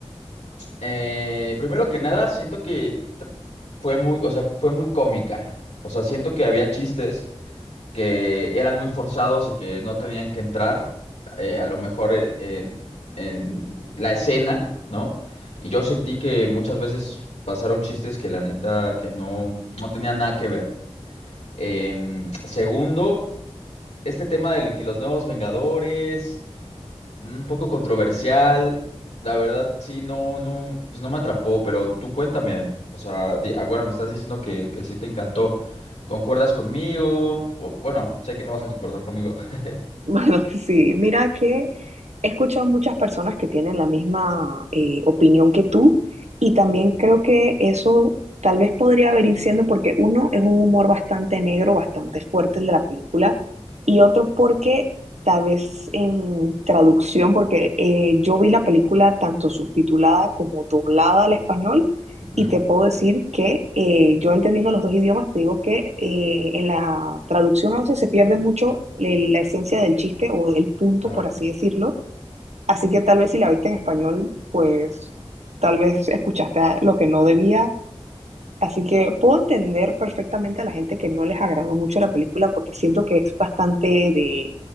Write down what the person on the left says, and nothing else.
eh, primero que nada, siento que tr- fue muy, o sea, fue muy cómica. O sea, siento que había chistes que eran muy forzados y que no tenían que entrar, eh, a lo mejor eh, en, en la escena, ¿no? Y yo sentí que muchas veces pasaron chistes que la neta que no, no tenían nada que ver. Em, segundo, este tema de que los nuevos Vengadores. Un poco controversial, la verdad sí, no, no, pues no me atrapó, pero tú cuéntame, o sea, di- ah, bueno, me estás diciendo que, que sí te encantó, ¿concuerdas conmigo? O, bueno, sé que no vas a concordar conmigo. <laughs>
Ujú,
Claro,